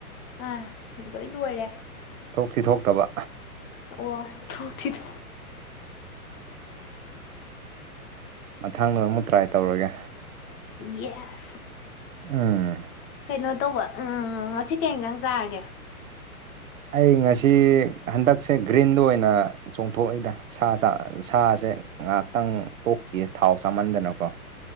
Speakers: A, on the left; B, on the right.
A: ꯑꯥ ꯂꯣꯏ ꯂꯣꯏꯔꯦ
B: ꯊꯣꯛꯇꯤ ꯊꯣꯛꯇꯕ
A: ꯑꯣ ꯊ꯭ꯔꯣꯛꯊꯤꯊꯣ
B: ꯃꯊꯪ ꯑꯃꯨꯛ ꯇ꯭ꯔꯥꯏ ꯇꯧꯔꯒꯦ
A: ꯌꯦꯁ
B: ꯎꯝ
A: ꯀꯩꯅꯣ ꯇꯧꯕ ꯎꯝ ꯉꯁꯤ ꯀꯩ ꯍꯦꯟꯖꯥꯡ ꯆꯥꯔꯒꯦ
B: ꯑꯩ ꯉꯁꯤ ꯍꯟꯗꯛꯁꯦ ꯒ꯭ꯔꯤꯟꯗꯨ ꯑꯣꯏꯅ ꯆꯣꯡꯊꯣꯛꯑꯣꯏꯗ ꯁꯥꯁꯥ ꯁꯥꯖꯦ ꯉꯍꯥꯛꯇꯪ ꯇꯣꯛꯈꯤꯒꯦ ꯊꯥꯎ ꯆꯥꯃꯟꯗꯅꯀꯣ